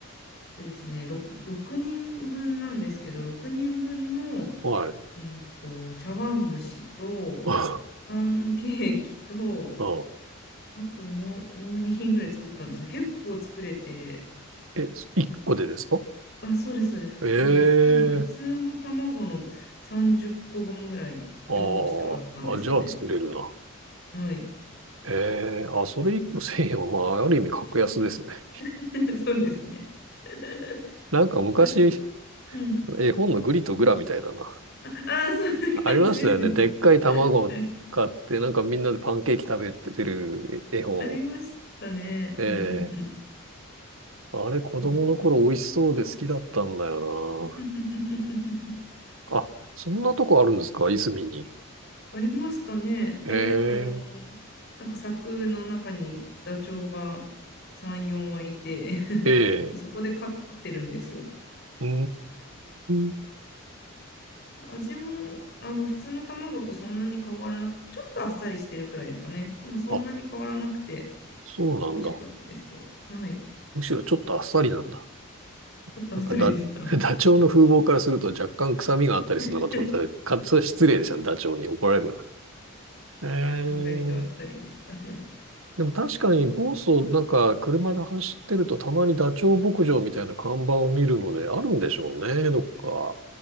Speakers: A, on the left (about 50°); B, on the right (about 75°).
A: えっとですね、ろ6人分なんですけど、6人分の、
B: い。
A: えっと、茶碗蒸しと、
B: <laughs> あ
A: パンケーキと、
B: あ、
A: あともう、もう2品ぐらい作ったんですね。結構作れて、
B: え、一個でですか
A: あ、そうです、そうです。
B: ええ
A: なんで、ふ多分普通の卵の30個分ぐらい量としてはあったんですよね。
B: ああ、あじゃあ作れるな。
A: はい。
B: ええあ、それ一個千円は、まあ、ある意味格安ですね。
A: <laughs> そうですね。<laughs>
B: なんか昔、
A: 味もね、うん。
B: 絵本のグリとグラみたいだな。
A: ああー、そんな感じですよね。
B: ありましたよね。でっかい卵を買って、
A: <laughs> あれ、
B: なんかみんなでパンケーキ食べてる絵本。
A: ありましたね。
B: ええ
A: うんうんうん。
B: あれ、子供の頃美味しそうで好きだったんだよ
A: そうですね。<laughs>
B: な。あ、そんなとこあるんですかいすみに。
A: ありましたね。
B: ええ
A: で、あの、なんか柵の中にダチョウが3、4羽いて
B: ええ
A: <laughs> もうそこで飼ってるんですよ。
B: うーん。
A: 味もあの普通の卵とそんなに変わらなく、ちょっとあっさりしてるくらいですかね。でもそんなに変わらなくて
B: あ、そうなんだ。
A: 美味しかったですよ。はい。
B: むしろちょっとあっさりなんだ。
A: ちょっとあっさりでした。
B: なんかだ、<laughs> ダチョウの風貌からすると若干臭みがあったりするのかと思ったら、
A: <laughs>
B: か、それは失礼でしたね。ダチョウに怒られるな。ええ
A: 意外とあっさりでした。<laughs> うん
B: でも確かに、房総なんか車で走ってるとたまにダチョウ牧場みたいな看板を見るのであるんでしょうね、どっか。